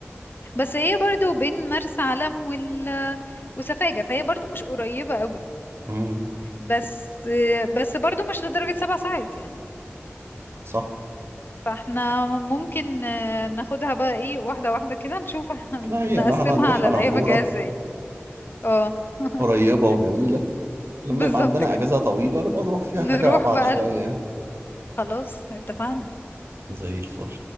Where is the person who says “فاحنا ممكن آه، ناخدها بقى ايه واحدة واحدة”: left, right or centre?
Left